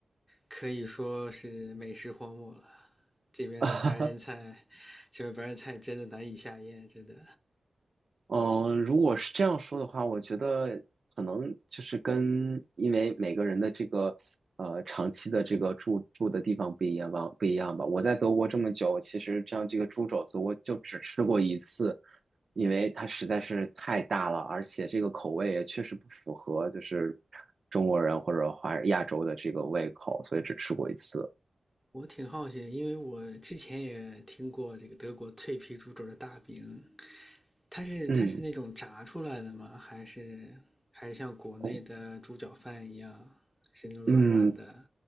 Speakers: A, in the centre; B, on the right.
A: 可以说是美食荒漠了。这边的白人菜，
B: <laughs>
A: 这边白人菜真的难以下咽，真的。
B: 嗯，如果是这样说的话，我觉得可能就是跟因为每个人的这个呃长期的这个住住的地方不一样吧，不一样吧。我在德国这么久，其实像这个猪肘子，我就只吃过一次，因为它实在是太大了，而且这个口味也确实不符合就是中国人或者华亚洲的这个胃口，所以只吃过一次。
A: 我挺好奇因为我之前也听过这个德国脆皮猪肘的大饼，它是它是那种炸出来的吗？
B: 嗯。
A: 还是还是像国内的猪脚饭一样，
B: 哦
A: 是那种软软的、
B: 嗯，